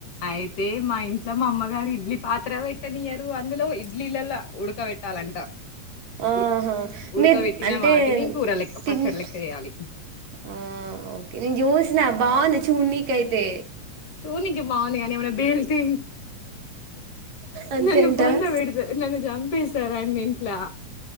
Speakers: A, on the left; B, on the right.
A: అయితే మా ఇంట్లో మా అమ్మగారు ఇడ్లీ పాత్ర పెట్టనియరు అందులో ఇడ్లీలలా ఉడకబెట్టాలంట
B: ఆహా
A: ఉడు ఉడకబెట్టిన
B: మీరు అంటే
A: వాటిని కూర లెక్క
B: తింటే
A: పచ్చడి లెక్క చేయాలి
B: ఆ ఓకే నేను చూసిన బాగుంది చూడనికి అయితే
A: చూడనికి బాగుంది ఏమన్నా పేలితే
B: అంతే
A: నన్ను
B: అంటారా?
A: బొందపెడతారు నన్ను చంపేస్తరాండి ఇంట్లా